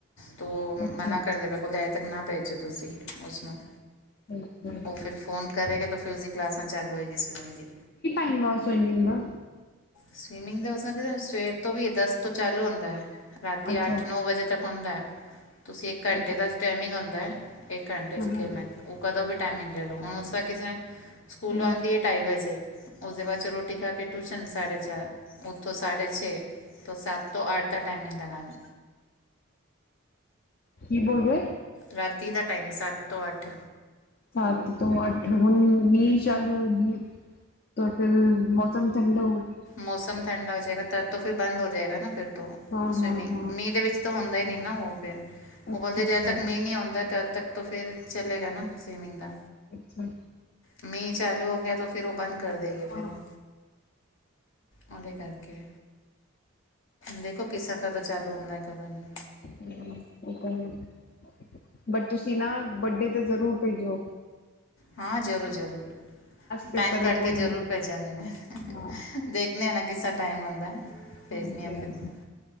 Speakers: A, on the left; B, on the left.
A: ਤੋ
B: ਅੱਛਾ।
A: ਮਨਾ ਕਰਦੇ ਪਏ ਬੋਲੇ ਅੱਜ ਤੱਕ ਨਾ ਭੇਜਓ ਤੁਸੀਂ ਓਸਨੂੰ।
B: ਅੱਛਾ
A: ਉਹ ਫਿਰ ਫੋਨ ਕਰੇਗਾ ਤਾਂ ਫਿਰ ਉਸਦੀ ਕਲਾਸਾਂ ਚਾਲੂ ਹੋਏਗੀ ਸਵਿਮਿੰਗ ਦੀ।
B: ਕੀ ਟਾਈਮਿੰਗ ਸੇਵਿੰਮਿਂਗ ਦਾ?
A: ਸਵੀਮਿੰਗ ਦਾ ਉਸ ਤਰਹ ਸਵੇਰ ਤੋਂ ਵੀ ਦਸ ਤੋਂ ਚਾਲੂ ਹੁੰਦਾ ਐ। ਰਾਤੀ
B: ਅੱਛਾ
A: ਅੱਠ-ਨੌ ਵਜੇ ਤੱਕ ਹੁੰਦਾ, ਤੁਸੀਂ ਇੱਕ ਘੰਟੇ
B: ਅੱਛਾ।
A: ਦਾ ਟੈਮਿੰਗ ਹੂੰਦਾ। ਇੱਕ ਘੰਟੇ
B: ਹਾਂ
A: 'ਚ
B: ਹਾਂ
A: ਖੇਡਣਾ ਉਹ ਕਦੋਂ ਵੀ ਟਾਈਮਿੰਗ ਲੈ ਲੋ, ਹੁਣ ਉਸਦਾ ਕਿਸੇ ਨੇ ਸਕੂਲ
B: ਹਾਂ
A: ਔੰਦੀ ਏ। ਢਾਈ ਵਜੇ ਉਸਦੇ ਬਾਦ ਚ ਰੋਟੀ ਖਾ ਕੇ ਟੂਸ਼ਨ ਸਾਢੇ ਚਾਰ ਉੱਥੋਂ ਸਾਢੇ ਛੇ। ਤੋ ਸੱਤ ਤੋਂ ਆੱਠ ਦਾ ਟਾਈਮਿੰਗ ਲਗਾਨਾ।
B: ਕੀ ਬੋਲਿਆ
A: ਰਾਤੀ ਦਾ ਟਾਈਮ ਸੱਤ ਤੋਂ ਅੱਠ।
B: ਸਾਤ ਤੋਂ ਆਠ ਹੁਣ ਵੀ ਚਾਲੂ ਹੋਗੀ ਤਾਂ ਫਿਰ ਮੌਸਮ ਠੰਡਾ ਹੋਗਿਆ
A: ਮੌਸਮ ਠੰਡਾ ਹੋਜਾਏਗਾ ਤ ਤਾ ਫਿਰ ਬੰਦ ਹੋ ਜਾਏਗਾ ਨਾ ਫਿਰ ਤੋਂ
B: ਹਾਂ
A: ਸਵੀਮਿੰਗ
B: ਹਾਂ ਹਾਂ
A: ਮੀਂਹ ਦੇ ਵਿੱਚ ਤਾਂ ਹੁੰਦਾ ਹੀ ਨਹੀਂ ਨਾ ਓਹ ਫੇਰ। ਵੋ
B: ਅੱਛਾ
A: ਬੋਲਦੇ
B: ਅੱਛਾ।
A: ਜਦੋ ਤਕ ਮੀਹ ਨਹੀਂ ਆਉਂਦਾ ਤਦ ਤੱਕ ਤੇ ਫੇਰ ਚਲੇਗਾ ਨਾ ਸਵੀਮਿੰਗ ਦਾ।
B: ਅੱਛਾ!
A: ਮੀਂਹ ਚਾਲੂ ਹੋ ਗਿਆ ਤੋ ਫਿਰ ਓਹ ਬੰਦ ਕਰ ਦੇ ਗੇ
B: ਹਾਂ
A: ਫਿਰ ਓਹ। ਔਂਦੇ ਕਰਕੇ ਦੇਖੋ ਕਿਸਰਾ ਕਦੋਂ ਚਾਲੂ ਹੁੰਦੈ ਕਦੋਂ ਨਹੀਂ।
B: <unintelligible> ਬਟ ਤੁਸੀਂ ਨਾ ਬੱਡੇ ਤੇ ਜ਼ਰੂਰ ਭੇਜਿਓ
A: ਹਾਂ ਜ਼ਰੂਰ ਜ਼ਰੂਰ
B: ਪੇਪਰ
A: ਟਾਈਮ ਕੱਢ
B: ਏ ਕੋਈ
A: ਕੇ ਜ਼ਰੂਰ
B: ਨੀ।
A: ਭੇਜਾਂਗੀ ਮੈਂ,
B: ਹਾਂ
A: ਦੇਖਣੇ ਅ ਨਾ ਕਿਸਾ ਟਾਈਮ ਆਉਂਦਾ ਹੈ ਭੇਜਨੀ
B: ਹਾਂਜੀ
A: ਆ ਫਿਰ
B: ਹਾਂਜੀ।
A: ਮੈਂ